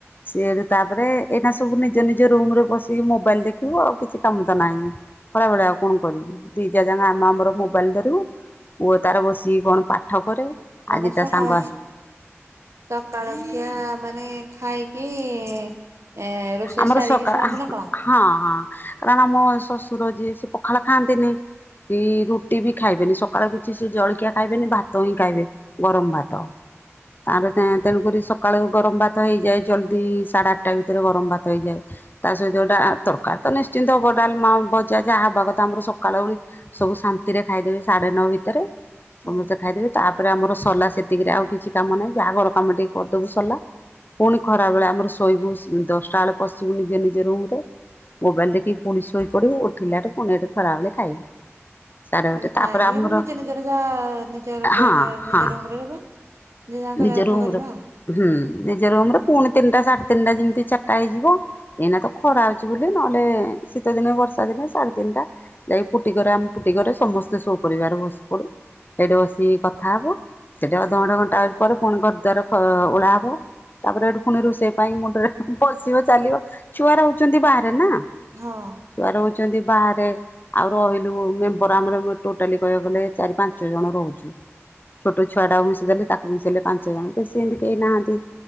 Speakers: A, on the left (about 40°); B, on the right (about 75°).
A: ସିଏଠୁ ତାପରେ ଏଇନା ସବୁ ନିଜ ନିଜ ରୁମ ରେ ବସିକି ମୋବାଇଲ ଦେଖିବୁ ଆଉ କିଛି କାମ ତ ନାହିଁ। ଖରା ଭଳିଆ ଆଉ କଣ କରିବି ଦି ଯା ଯାଙ୍କ ଆମ ଆମର ମୋବାଇଲ ଧରିବୁ। ପୁଅ ତାର ବସିକି କଣ ପାଠ କରେ।
B: ମାନେ
A: ଆଜି
B: ସକାଳେ
A: ତା ସାଙ୍ଗ ଆସି
B: ସକାଳ ଖିଆ ମାନେ ଖାଇକି ଏ ରୋଷ ରୋଷେଇ
A: ଆମର
B: ସାରିକି
A: ସକାଳ
B: ଶୁଆନ୍ତି ନା କଣ?
A: ହଁ ହଁ କାରଣ ଆମ ଶ୍ୱଶୁର ଯିଏ ସେ ପଖାଳ ଖାଆନ୍ତିନି। କି ରୁଟି ବି ଖାଇବେନି ସକାଳୁ କିଛି ସେ ଜଳଖିଆ ଖାଇବେନି ଭାତ ହିଁ ଖାଇବେ। ଗରମ ଭାତ ତାର ତେଣୁକରି ସ ସକାଳୁ କୁ ଗରମ ଭାତ ହେଇଯାଏ ଜଲ୍ଦି ସାଢ଼େ ଆଠଟା ଭିତରେ ଗରମ ଭାତ ହେଇଯାଏ ତା ସହିତଟା ତରକାର ତ ନିଶ୍ଚିନ୍ତ ହବ ଡାଲମା ବଜା ଯାହା ହବା କଥା ଆମର ସକାଳ ଓଳି। ସବୁ ଶାନ୍ତିରେ ଖାଇଦେବେ ସାଢେ ନଅ ଭିତରେ। ସମସ୍ତେ
B: ହୁଁ
A: ଖାଇଦେବେ ତାପରେ ଆମର ସଲା ସେତିକିରେ ଆଉ କିଛି କାମ ନାହିଁ ଯାହାଘର କାମ ଟିକେ କରିଦବୁ ସଲା। ପୁଣି
B: ହୁଁ।
A: ଖରା ବେଳେ ଆମର ଶୋଇବୁ ଦଶଟା ବେଳେ ପଶିବୁ ନିଜେ ନିଜ ରୁମ ରେ। ମୋବାଇଲ ଦେଖି ପୁଣି ଶୋଇ ପଡିବୁ ଉଠିଲାଠୁ ପୁଣି ଏଠି ଖରା ବେଳେ ଖାଇବୁ। ସାଢେ
B: ପୁଣି
A: ଗୋଟେ ତାପରେ
B: ଖାଇକି
A: ଆମର
B: ହେଠୁ ନିଜ ନିଜର ଯାହା ନିଜର ବେଡରେ
A: ହଁ
B: ନିଜ
A: ହଁ
B: ରୁମ ରେ ରହିବା। ଯିଏ ଯାହା କରିବା
A: ନିଜ
B: କଥା
A: ରୁମରେ
B: କରିବା।
A: ହୁଁ ନିଜେ ରୁମ ପୁଣି ତିନିଟା ସାଢେ ତିନିଟା ଯେମିତି ଚାରଟା ହେଇଯି ଵ ଏହିନା ତ ଖରା ହଉଛି ବୋଲି ନହେଲେ ଶୀତ ଦିନେ ବର୍ଷା ଦିନେ ସାଢେ ତିନିଟା। ଯାଇ ଫୁଟି ଘରେ ଆମେ ଫୁଟି ଘରେ ସମସ୍ତେ ସହ ପରରିବାର ବସି ପଡୁ ହେଇଠି ବସିକି କଥା ହବୁ। ସେଟି ଅଧଘଣ୍ଟା ଘଣ୍ଟାଏ ପରେ ପୁଣି ଘର ଦ୍ବାର ଅ ଓଳା ହବ। ତାପରେ ଏଠୁ ପୁଣି ରୋଷେଇ ପାଇଁ ମୁଣ୍ଡରେ ପଶିବ ଚାଲିବ ଛୁଆ ରହୁଛନ୍ତି ବାହାରେ ନା।
B: ହଁ।
A: ଛୁଆ ରହୁଛନ୍ତି ବାହାରେ। ଆଉ ରହିଲୁ ମେମ୍ବର ଆମର ଟୋଟାଲି କହିବାକୁ ଗଲେ ଚାରି ପାଞ୍ଚ ଜଣ ରହୁଛୁ ଛୋଟ ଛୁ ଛୁଆଟାକୁ ମିଶିଦେଲେ ତାକୁ ମିଶିଲଲେ ପାଞ୍ଚ ଜଣ ବେଶୀ ଏମିତି କେହି ନାହାନ୍ତି।